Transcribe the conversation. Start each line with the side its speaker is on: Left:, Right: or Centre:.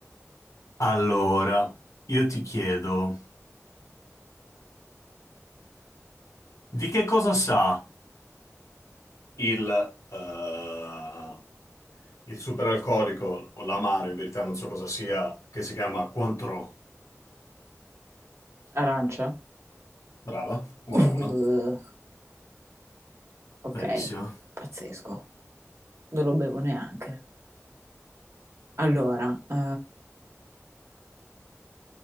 Left: Allora, io ti chiedo, di che cosa sa il eh, Il superalcolico o l'amaro, in verità non so cosa sia, che si chiama Cointreau.
Right: arancia?
Left: Brava, 1-1.
Right: Uh, ok,
Left: Bravissimo.
Right: pazzesco. Non lo bevo neanche. Allora, eh,